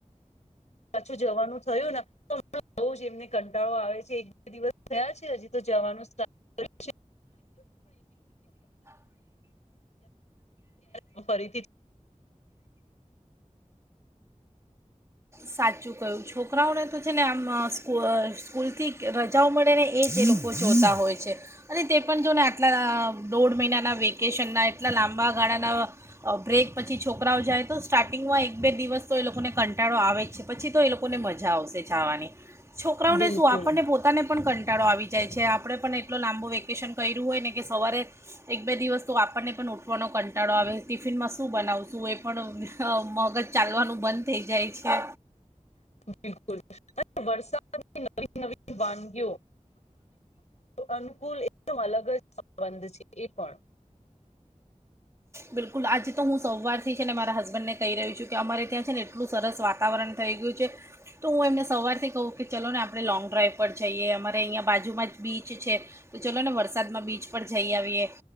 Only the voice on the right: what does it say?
સાચું કહ્યુ છોકરાઓને તો છે ને આમ અ સ્કુલ સ્કૂલ થી રજાઓ મળે ને એજ એ લોકોને જોતા હોય છે અને તે પણ જો ને આટલા દોઢ મહિનાના વેકેશનના એટલા લાંબા ગાળાના બ્રેક પછી છોકરાઓ જાય તો સ્ટાર્ટિંગમાં એક બે દિવસ તો એ લોકોને કંટાળો આવે જ પછી તો એ લોકોને મજા આવશે જાવાની છોકરાઓને
શું આપણને પો પોતાને પણ કંટાળો આવી જાય છે આપણે પણ એટલો લાંબો વેકેશન કર્યું હોય ને કે સવારે એક બે દિવસ તો આપણને પણ ઊઠવાનો કંટાળો આવે ટિફિનમાં શું બનાવશું એ પણ અ મગજ ચાલવાનું બંધ થઇ જાય છે
બિલકુલ આજે તો હું સવારથી છે ને મારા હસબન્ડને કહી રહ્યું છું કે અમારે ત્યાં છે ને એટલું સરસ વાતાવરણ થઈ ગયું છે તો ઉં એમને સવારથી કહું કે, ચલો ને આપણે લોંગ ડ્રાઈવ પર જઈએ. અમારે અઈંયા બાજુમાં જ બીચ છે. તો ચલો ને વરસાદમાં બીચ પર જઈ આવીએ,